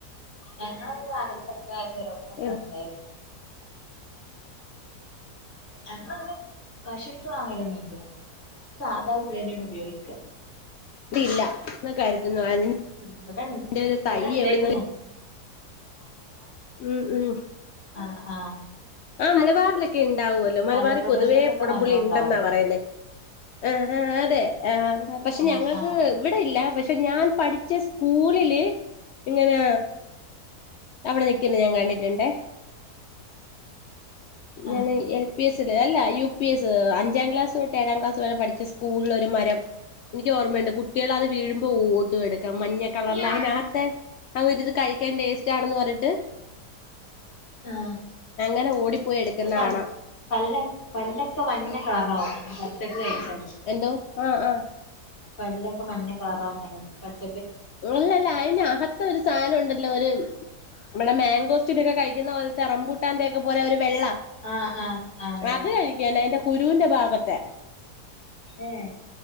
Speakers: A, on the left; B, on the left.
A: ഞങ്ങളരു ഭാഗത്തൊക്കെ ചെലോട്ത്തൊക്കെണ്ടേർന്നു
B: ഇവിടെ
A: അങ്ങ അങ്ങനെ പിശെടുത്ത് വാങ്ങലൊന്നുല്ല്യ സാധാ ഉള്ളേനെയാണ് ഉപയോഗിക്ക
B: ല്ല എന്നൊ കരുത് ന്നു ഐന്റെ
A: ഇവിടെൺ
B: ഒരു തൈ
A: ഇവിടെണ്ടായിരുന്നു
B: എവിടെന്ന് ഉം ഉം
A: ആഹ ആഹ
B: ആ മലബാറിലൊക്കെ ഉണ്ടാവല്ലോ മലബാറിൽ
A: മലപ്രദേശത്തൊക്കെ
B: പൊതുവേ കുടംപുളി
A: നല്ലോ ഉണ്ടാവുമല്ലോ
B: ഉണ്ടെന്നാ പറയുന്നേ ആ ആ അതെ ആ പക്ഷെ
A: ആഹ്
B: ഞങ്ങൾക്ക്
A: ആഹ്
B: ഇവിടെ ഇല്ല പക്ഷെ ഞാൻ പഠിച്ച സ് സ്കൂളില് ഇങ്ങനെ അവിടെ നിക്കുന്നു ഞാൻ കണ്ടിട്ടുണ്ടേ
A: ആഹ്
B: ഞാൻ എൽ പി എസ് അല്ല യു പി എസ് അഞ്ചാം ക്ലാസ് തൊട്ട് ഏഴാം ക്ലാസെരെ പഠിച്ച സ്കൂളിൽ ഒരു മരം എനിക്ക് ഓർമ്മയുണ്ട് കുട്ടികൾ അത് വീഴുമ്പോ ഓടും എടുക്കാൻ മഞ്ഞ കളറൽ
A: ആഹ്
B: അതിനകത്തെ അവരിത് കഴിക്കാൻ ടേസ്റ്റ് ആണന്ന് പറഞ്ഞിട്ട്
A: ആഹ
B: അങ്ങനെ ഓടിപ്പോയി എടുക്കുന്ന
A: അത്
B: കാണാം
A: പല്ല പല്ലക്കെ മഞ്ഞ കളറാവും കഴിച്ചാല്
B: എന്തോ ആഹ് ആഹ
A: പല്ലൊക്കെ മഞ്ഞ കളറാവുന്ന്റ്യ പച്ച
B: ല്ലല്ല അതിന്റെ അകത്തൊരു സാധനം ഉണ്ടല്ലോ ഒരു ഇവിടെ മാംഗോ കഴുന്ന പോലത്തെ റമ്പുട്ടാന്റെ ഒക്കെ പോലെ ഒരു വെള്ള
A: ആഹ് ആഹ് ആഹ് വെള്ള
B: അത് കഴിക്കന്നെ അയ്ന്റെ കുരൂന്റെ ഭാഗത്തെ
A: ഉം